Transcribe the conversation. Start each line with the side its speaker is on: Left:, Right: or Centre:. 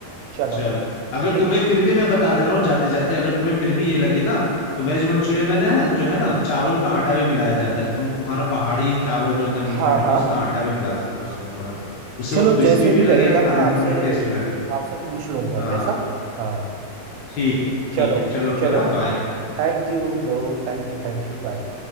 Right: चलो
Left: चलो अगर
Right: ठीक
Left: तुम्हें फिर भी मैं बता दे रहा हूँ जाते जाते अगर तुम्हें फिर भी ये लगे ना तो वेज मंचूरियन में ना जो है ना चावल का आटा भी मिलाया जाता है तुम तुम्हारा पहाड़ी चावल जो होता है
Right: हाँ
Left: मीठा मीठा
Right: हाँ
Left: उसका आटा भी मिला सकते हो उसमें थोड़ा उससे
Right: चलो
Left: वो क्रिस्पी
Right: जैसे
Left: भी
Right: भी
Left: लगेगा
Right: रहेगा
Left: खाने
Right: मैं आपसे
Left: में तुम्हें टेस्ट लगे
Right: आपसे पूछ लूंगा
Left: हाँ
Right: कैसा हाँ
Left: ठीक ठीक
Right: चलो
Left: है चलो
Right: चलो
Left: फिर हाँ बाय
Right: Thank you bro Thank you thank you bye